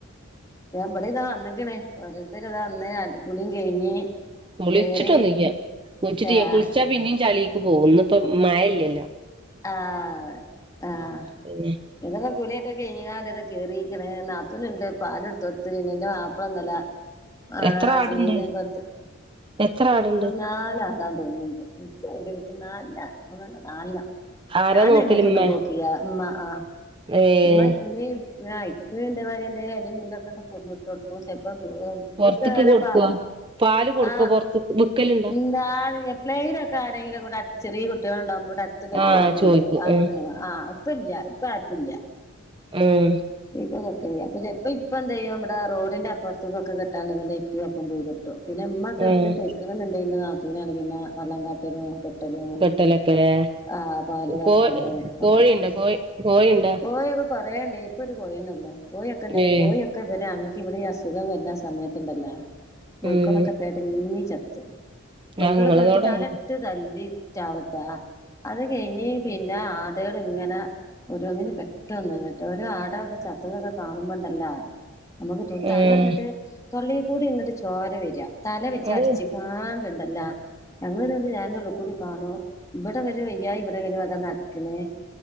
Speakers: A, on the left; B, on the right.
A: ബടെ താ വന്നക്ക്‌ണ് ഓരോരുത്തരതാ ന്നേ ആപു കുളിയും കഴിഞ്ഞ്
B: കുളിച്ചിട്ടൊന്നുയ്യ
A: കേറി
B: കുളിച്ചിട്ടിയ്യ
A: ആഹ്
B: കുൾച്ചാ പിന്നീം ചളീ ക്ക് പോഉം ന്ന്ഇപ്പ മഴല്യല്ലോ
A: ആഹ് ആഹ്
B: പിന്നെ
A: വരെ കുളിയൊക്കെ കഴിഞ്ഞ്കാണ്ട് ഇതൊക് കേറീക്ക്‌ണ് നാത്തൂന്ണ്ട് പാല്ട്ത്തൊട്ത്ത് പിന്നെന്റെ മാപ്പളന്നലെ <unintelligible>
B: എത്ര ആടുണ്ട് എത്ര ആടുണ്ട്
A: നാലാടാം തോന്ന്ണ്ട് <unintelligible> നാൽണ്ണാ മൂന്നെണ്ണം നാൽണ്ണം
B: ആരാ
A: ഞാനയ്മക്കൊന്നും
B: നോക്കല് ഇമ്മ
A: പോക്കില്ല. മ്മ ആ
B: ഏഹ്
A: മ്മ മ്മീം ആഹ് ഇപ്പിം ണ്ടേ മാരിന്തേ എലിം കുന്തൊക്കെണ്ട് കൊട്ന്ന്ട്ടൊട്ക്കും ചെൽപ്പോ
B: പൊറത്ത്ക്ക് കൊടുക്കോ
A: <unintelligible>
B: പാല് കൊടുക്കോ
A: ആ
B: പൊറത്ത്ക്ക് വിക്കലുണ്ടോ
A: ന്താണ് എപ്പളേങ്കിലൊക്കെ ആരേങ്കിലും കൂടെ അടു ചെറീ കുട് ട്ട്യാള്ണ്ടാവുമ്പോ ഇവ്ടെ അടുത് പെരക്കാരൊക്കെ
B: ആഹ്
A: കൊണ്ടോരും.
B: ചോയിക്കും
A: അത്
B: ആഹ്
A: എ ആഹ് ഇപ്പ ഇല്യ ഇപ്പ ആർക്കുല്യ.
B: ഉം
A: പ്പ തെട്ക്കില്യ. പ്പൊ ചെൽപ്പോ ഇപ്പ ന്തയ്യും ബ്ബടെ റോഡിന്റെ അപ്പർത്ത്ക്കൊക്കെട്ടാണ്ടങ്കിന്തെ ഇപ്പി ഒപ്പം പോയി കെട്ടും. പിന്നെ മ്മക്കെ
B: ആഹ്
A: എവ്ട്ക്കേം പൊയ്ക്ക്‌ണ്ന്ന്ണ്ടെ ന്റെ നാത്തൂനാണ് പിന്നെ വള്ളംകാട്ടലും ക്കെ ട്ടലും
B: കെട്ടലൊക്കെലേ
A: ആ പാല് കർക്കലും
B: കോ കോഴിണ്ടോ
A: ഒക്കെ
B: കോഴി കോഴിണ്ടോ
A: കോഴി ഒക്കെ കൊറേ ണ്ടേനി. ഇപ്പൊ ഒരു കോയിന്നൊള്ളു. കോയിയൊക്കെ ണ്ടേനു
B: ഏഹ്
A: കോഴി ഒക്കെ ഇവരാങ്ങ ക്കിവിടെ അസുഖം വരുന്ന സമയത്തുണ്ടല്ലോ കോഴിക്കൊളൊക്കെ
B: ഉം
A: പെടഞ് ചത്ത് കുളിക്കലൊ
B: ഞങ്ങളതോടെ
A: ക്കെ എന്നിട്ട് തല
B: ഉം
A: ഇട്ട് തല്ലി ചാവട്ടാ അത് കഴിഞ്ഞ് പിന്നെ കടകൾ ഇങ്ങനെ ഒരുോന്നിനന് പെട്ടൊന്ന് മറ്റോ ഓരോ ആടൊക്കെ ചത്തതൊക്കെ കാണുമ്പോണ്ടല്ലോ നമുക്ക് തോൻ തല
B: ഉം
A: ഇങ്ങട്ട് തൊള്ളേ കൂടെങ്ങട്ട് ചോര വര്അ. തല വെച്ച് അടിച്ചിക്കാണ്ടൻ
B: ഔ
A: അ ല്ല ഞങ്ങൾ ഇതണ്ട് ഞാൻന്റെ ഉള്ള കൂടി കാണോ ഇവിടെ വരും വയ്യാ ഇവിടെ വരു അതാ നടക്കണേ